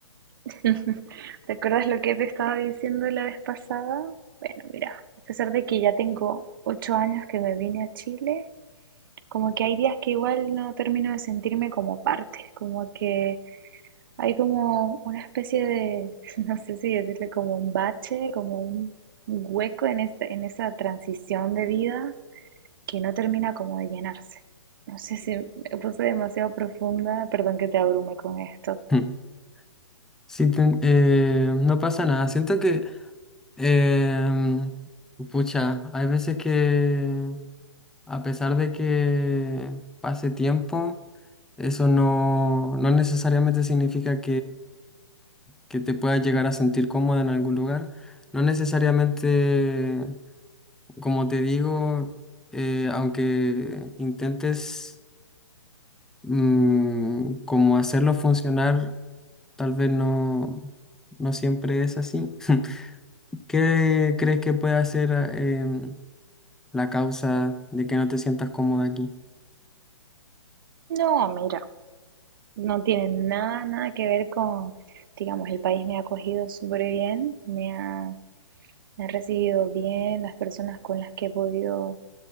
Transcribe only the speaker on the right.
<laughs> ¿Te acuerdas lo que te estaba diciendo la vez pasada? Bueno, mira, a pesar de que ya tengo ocho años que me vine a Chile, como que hay días que igual no termino de sentirme como parte, como que Hay como una especie de, <laughs> no sé si decirle como un bache, como un hueco en ese- en esa transición de vida que no termina como de llenarse. No sé si me puse demasiado profunda, perdón que te abrume con esto.
No, mira, no tiene nada, nada que ver con, digamos, el país me ha acogido súper bien, me ha, me ha recibido bien, las personas con las que he podido